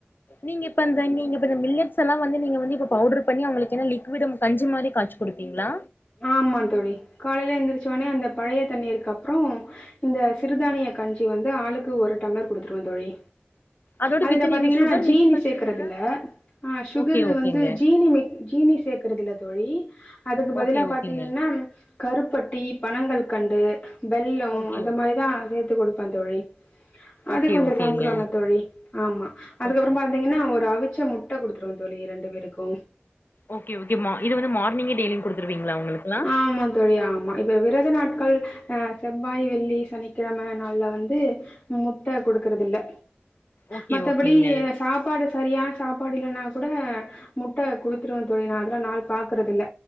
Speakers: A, on the left; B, on the left.
A: நீங்க இப்ப அந்த நீங்க ப்ப இந்த மில்லட்ஸ் எல்லா நீங்க வந்து இப்ப பவுட்ரு பண்ணி அவுங்களுக்கு என்ன லிக்விடும் கஞ்சி மாரி காச்சி குடுப்பீங்ளா
B: ஆமா தோழி காலைல எந்திரிச்ச உட்னே அந்த பழைய தண்ணீர்க்கப்றோ இந்த சிறுதானிய கஞ்சி வந்து ஆளுக்கு ஒரு டம்ளர் குடுத்துருவே தோழி
A: அதோட
B: அதுல
A: வித்
B: பாத்தீங்கனா
A: நீங்க சுகர்
B: நா சீனி
A: மிக்ஸ் பண்ணுவீங்களா
B: சேக்கறதில்ல ஆ சுகருகு
A: ஓகே ஓகேங்க
B: வந்து ஜீனி மே ஜீனி சேக்கறதில்ல தோழி அதுக்கு பதிலா
A: ஓகே ஓகேங்க
B: பாத்தீங்கன்னா கருப்பட்டி, பனங்கல்கண்டு, வெல்லோ
A: ஓகே
B: அந்த மா ரி தா சேத்து குடுப்பே தோழி
A: ஓகே
B: அது கொஞ்சோ
A: ஓகேங்க
B: சாப்ட்ருவாங்க தோழி ஆமா அதுக்கப்றோ
A: ஓகே
B: பா த்தீங்கனா ஒரு அவிச்ச முட்ட குடுத்துருவே தோழி ரெண்டு பேருக்கு
A: ஓகே ஓகே மா இது வந்து மார்னிங்கே டெய்லியு குடுத்துருவீங்ளா அவுங்களுக்குல்லா
B: ஆமா தோழி ஆமா இப்ப விரத நாட்கள் அ செவ்வாய், வெள்ளி, சனிக்கிழம நாள்ல வந்து முட்ட குடுக்கறதில்ல
A: ஓகே
B: மத்தபடி
A: ஓகேங்க
B: எ சாப்பாடு சரியான் சாப்பாடு இல்லன்னா கூட முட்ட குடுத்துருவே தோழி நா அதெல்லா நாள் பாக்கறதில்ல